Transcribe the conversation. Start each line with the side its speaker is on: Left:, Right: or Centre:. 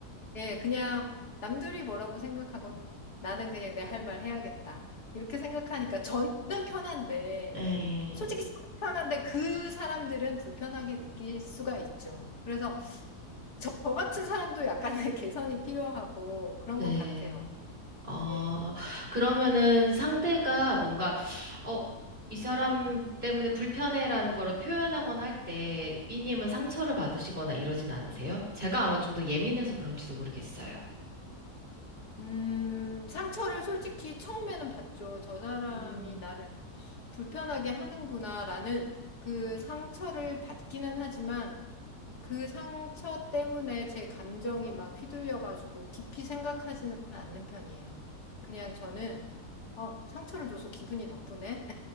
Left: 예, 그냥 남들이 뭐라고 생각하건 나는 그냥 내 할 말 해야겠다. 이렇게 생각하니까 저는 편한데
Right: 네.
Left: 솔직히 저는 편한데 그 사람들은 불편하게 느낄 수가 있죠. 그래서 저 같은 사람도 약간의 <laughs> 개선이 필요하고 그런
Right: 네.
Left: 것 같아요.
Right: 아,
Left: 예.
Right: 그러면은 상대가 뭔가, 어, 이 사람 때문에 불편해라는 거를 표현하거나 할 때, 삐님은 상처를 받으시거나 이러진 않으세요? 제가 아마 좀 더 예민해서 그런지도 모르겠어요.
Left: 음, 상처를 솔직히 처음에는 받죠. 저 사람이
Right: 음.
Left: 나를 불편하게 하는구나라는 그 상처를 받기는 하지만 그 상처 때문에 제 감정이 막 휘둘려가지고 깊이 생각하지는 않는 편이에요. 그냥 저는 어, 상처를 줘서 기분이 나쁘네.